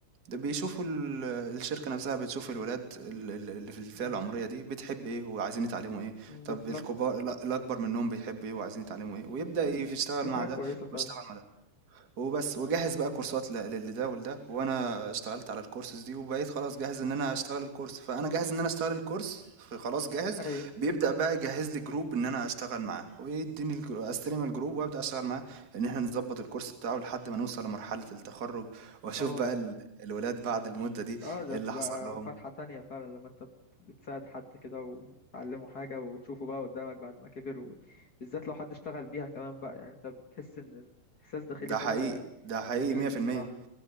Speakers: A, on the right (about 25°); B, on the left (about 65°).
A: ده بيشوفوا ال- الشركة نفسها بتشوف الولاد ال- ال- اللي في الفئة
B: مم.
A: العمرية دي بتحب ايه وعايزين يتعلموا ايه
B: بالظبط
A: طب الكبار الأ- الأكبر منهم بيحب ايه وعايزين يتعلموا ايه ويبدأ يشتغل
B: دي
A: مع
B: حاجة
A: ده
B: كويسة فعلا
A: ويشتغل مع ده وبس وجهز بقى كورسات ل- للي ده ولده وانا اشتغلت على الكورسز دي وبقيت خلاص جاهز ان انا اشتغل الكورس فانا جاهز ان انا اشتغل الكورس خلاص جاهز
B: أيوة
A: بيبدأ بقى يجهز لي جروب ان انا اشتغل معاه ويديني
B: مم.
A: الجرو- استلم الجروب وابدأ اشتغل معاه ان احنا نظبط الكورس بتاعه لحد ما نوصل لمرحلة التخرج واشوف
B: اه
A: بقى ال- الولاد بعد المدة دي
B: اه ده
A: ايه
B: بتبقى
A: اللي حصل لهم
B: فرحة تانية فعلا لما انت بت- بتساعد حد كده وتعلمه حاجة وتشوفه بقى قدامك بعد ما كبر وبالذات لو حد اشتغل بيها كمان بقى يعني انت بتحس ان احساس داخلي
A: ده
B: كده
A: حقيقي ده حقيقي
B: جميل
A: 100%
B: بصراحة